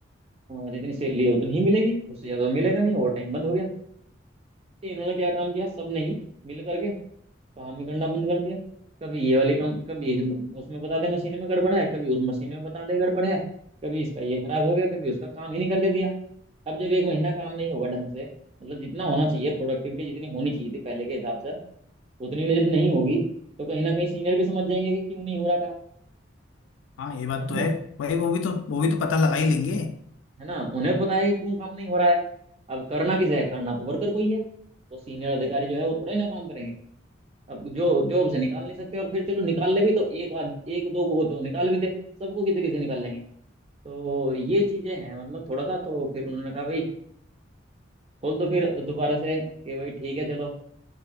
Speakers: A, on the right; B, on the left.
A: अ, जितनी सैलरी है उतनी ही मिलेगी उससे ज्यादा मिलेगा नहीं ओवर टाइम बंद हो गया तो इन्होंने क्या काम किया सब ने ही मिल करके काम ही करना बंद कर दिया कभी ये वाली कम कभी इस, उसमें बता दे मशीन में गड़बड़ है कभी उस मशीन में बता दे गड़बड़ है कभी इसका ये खराब हो गया कभी उसका काम ही नहीं करके दिया अब जब एक महीना काम नहीं होगा ढंग से मतलब जितना होना चाहिए प्रोडक्टिविटी जितनी होनी चाहिए थी पहले के हिसाब से उतनी जब नहीं होगी तो कहीं ना कहीं सीनियर भी समझ जाएंगे कि क्यों नहीं हो रहा काम
B: हाँ ये बात
A: तो
B: तो है
A: <laughs>
B: भाई वो भी तो वो भी तो पता लगा ही लेंगे
A: है ना उन्हें पता है कि क्यों काम नहीं हो रहा है अब करना किसे है करना तो वर्कर को ही है तो सीनियर अधिकारी जो है वो थोड़े ना काम करेंगे अब जो जॉब से निकाल नहीं सकते और फिर चलो निकाल ले भी तो एक आध एक दो को तो निकाल भी दे सबको किसी किसी निकाल लेंगे तो ये चीजें हैं मतलब थोड़ा सा तो फिर उन्होंने कहा भाई खोल दो फिर दोबारा से कि भाई ठीक है चलो